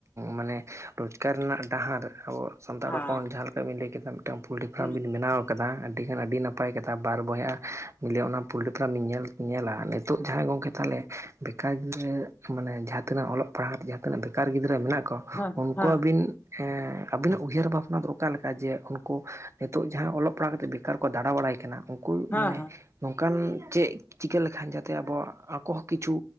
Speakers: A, on the right; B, on the left.
A: ᱢᱟᱱᱮ ᱨᱚᱡᱽᱜᱟᱨ ᱨᱮᱱᱟᱜ ᱰᱟᱦᱟᱨ ᱟᱵᱚ ᱥᱟᱱᱛᱟᱲ
B: ᱦᱮᱸ
A: ᱦᱚᱯᱚᱱ ᱡᱟᱦᱟᱸ ᱞᱮᱠᱟ᱾ ᱞᱟᱹᱭ ᱠᱮᱫᱟ ᱢᱤᱫᱴᱟᱝ ᱯᱳᱚᱞᱴᱨᱤ ᱯᱷᱟᱨᱢ
B: ᱦᱩᱸ
A: ᱵᱤᱱ ᱵᱮᱱᱟᱣ ᱟᱠᱟᱫᱟ ᱟᱹᱰᱤ ᱜᱟᱱ ᱟᱹᱰᱤ ᱱᱟᱯᱟᱭ ᱠᱟᱛᱷᱟ ᱵᱟᱨ ᱵᱚᱭᱦᱟ ᱯᱩᱞᱰᱤᱯᱨᱟᱢ ᱤᱧ ᱧᱮᱞ ᱧᱮᱞᱟ ᱱᱤᱛᱚᱜ ᱡᱟᱦᱟᱸᱭ ᱜᱚᱝᱠᱮ ᱛᱟᱦᱞᱮ? ᱵᱮᱠᱟᱨ ᱜᱤᱫᱽᱨᱟᱹ ᱢᱟᱱᱮ ᱡᱟᱦᱟᱸ ᱛᱤᱱᱟᱹᱜ ᱚᱞᱚᱜ ᱯᱟᱲᱦᱟᱜ ᱡᱟᱦᱟᱸ ᱛᱤᱱᱟᱹᱜ ᱵᱮᱠᱟᱨ ᱜᱤᱫᱽᱨᱟᱹ ᱢᱮᱱᱟᱜ ᱠᱚᱣᱟ
B: ᱦᱮᱸ
A: ᱩᱱᱠᱩ
B: ᱦᱮᱸ
A: ᱟᱹᱵᱤᱱ᱾ ᱦᱮᱸ ᱟᱵᱤᱱᱟᱜ ᱩᱭᱦᱟᱹᱨ ᱵᱷᱟᱵᱱᱟ ᱫᱚ ᱚᱠᱟᱞ ᱞᱮᱠᱟ ᱡᱮ ᱩᱱᱠᱩ ᱱᱤᱛᱚᱜᱜ ᱡᱟᱦᱟᱸ ᱚᱞᱚᱜ ᱯᱟᱲᱦᱟᱜ᱾ ᱵᱟᱯᱲᱟᱣ ᱠᱟᱛᱮ ᱵᱮᱠᱟᱨ ᱠᱚ ᱫᱟᱬᱟ ᱵᱟᱲᱟᱭ ᱠᱟᱱᱟ ᱩᱱᱠᱩ ᱢᱟᱱᱮ?
B: ᱦᱮᱸ ᱦᱮᱸ
A: ᱚᱱᱠᱟᱱ ᱪᱮᱫ ᱪᱤᱠᱟᱹ ᱞᱮᱠᱷᱟᱱ ᱡᱟᱛᱮ ᱟᱵᱚᱣᱟᱜ ᱟᱠᱚ ᱦᱚᱸ ᱠᱤᱪᱷᱩ